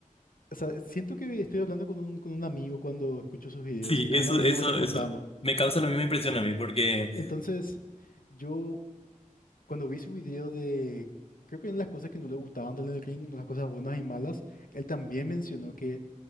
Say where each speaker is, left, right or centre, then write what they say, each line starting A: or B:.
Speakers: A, on the left; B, on the left.
A: o sea, siento que estoy hablando con un, con un amigo cuando escucho sus videos,
B: Sí,
A: que
B: eso,
A: un amigo
B: eso,
A: me está
B: eso.
A: contando.
B: Me causa la misma impresión a mí porque
A: Entonces, yo cuando vi su video de, creo que en las cosas que no le gustaban de Elden Ring, las cosas buenas y malas, él también mencionó que